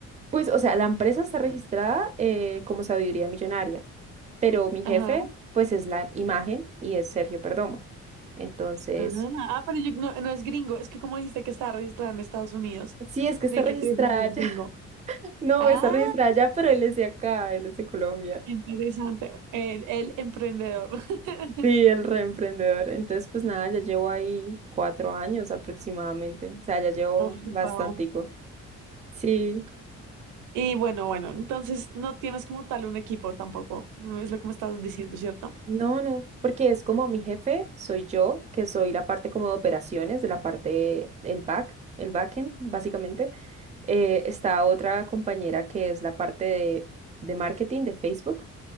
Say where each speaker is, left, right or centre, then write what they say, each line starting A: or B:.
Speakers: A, on the right (about 25°); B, on the right (about 85°).
A: Pues, o sea, la empresa está registrada eh, como Sabiduría Millonaria, pero mi jefe,
B: Ajá.
A: pues, es la imagen y es Sergio Perdomo. Entonces,
B: Ah, ah, pero yo, no, no es gringo, es que como dijiste que estaba registrada en Estados Unidos,
A: sí, es que
B: creí
A: está registrada
B: que tú fue
A: ya.
B: gringo.
A: <laughs> No,
B: Ah,
A: está registrada ya, pero él es de acá, él es de Colombia.
B: interesante. El, el emprendedor. <laughs>
A: Sí, el reemprendedor. Entonces, pues nada, ya llevo ahí cuatro años aproximadamente. O sea, ya llevo
B: Oh,
A: bastantico.
B: Wow.
A: Sí.
B: Y bueno, bueno, entonces no tienes como tal un equipo tampoco, es lo que me estás diciendo, ¿cierto?
A: No, no, porque es como mi jefe, soy yo, que soy la parte como de operaciones, de la parte, el back, el backend, básicamente. Eh, está otra compañera que es la parte de, de marketing de Facebook,